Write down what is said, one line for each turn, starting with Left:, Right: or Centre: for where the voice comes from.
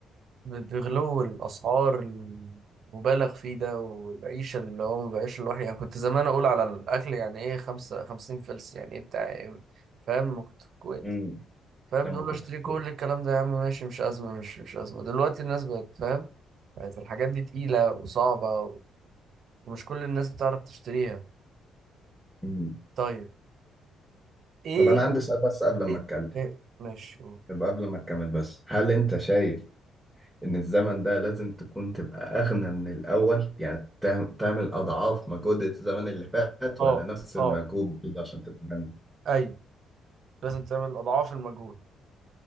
Right: ب- بغلو الأسعار المبالغ فيه ده والعيشة اللي هو بيعيشها الواحد يعني كنت زمان أقول على الأكل يعني إيه خمسة خمسين فلس يعني إيه بتاع إيه، فاهم ما كنت في الكويت
Centre: امم
Right: فاهم
Centre: لما
Right: تقول
Centre: كنت
Right: له أشتري
Centre: في-
Right: كل الكلام ده يا عم ماشي مش أزمة مش مش أزمة دلوقتي الناس بقت فاهم بقت الحاجات دي تقيلة وصعبة ومش كل الناس بتعرف تشتريها
Centre: أمم.
Right: طيب إيه
Centre: طب انا عندي سؤال بس قبل ما
Right: إيه,
Centre: اتكلم
Right: إيه؟ ماشي قول.
Centre: يبقى قبل ما اكمل بس هل انت شايف ان الزمن ده لازم تكون تبقى اغنى من الاول يعني تعم- تعمل اضعاف مجهود الزمن اللي فات
Right: أه
Centre: ولا نفس
Right: أه
Centre: المجهود برضه عشان تبقى غني
Right: أيوه لازم تعمل أضعاف المجهود